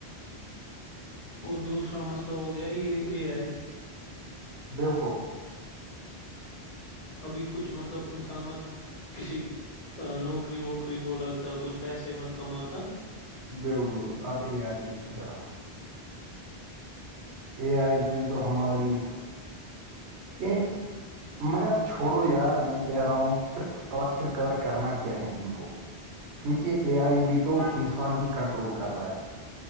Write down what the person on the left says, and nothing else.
اور دوسرا مسئلہ ہو گیا یہ اے ائی
ابھی کچھ مطلب انسان مت کسی نوکری وکری کو لگتا کچھ پیسے مت کماتا